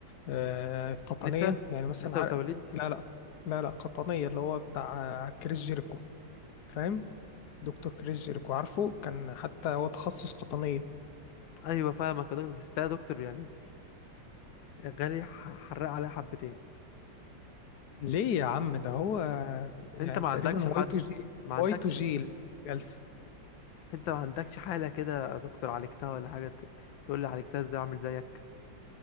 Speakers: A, on the left (about 60°); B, on the left (about 85°).
A: آه، قطنيه
B: نسا
A: يعني مثلا
B: نسا
A: عار-
B: وتوليد
A: لا لا لا لا قطنيه اللي هو بتاع آه، كريس جيريكو فاهم دكتور كريس جيريكو عارفه كان حتى هو تخصص قطنيه
B: ايوه فاهمك يا دكتور بس ده يا دكتور يعني غالي ح- حرق عليها حبتين
A: ليه يا عم ده هو آه، يعني
B: انت ما
A: تقريبا
B: عندكش
A: واي
B: حد
A: تو جي
B: ما عندكش
A: واي تو جي الجلسه
B: انت ما عندكش حالة كده يا دكتور عالجتها ولا حاجة ت- تقول لي عالجتها ازاي اعمل زيك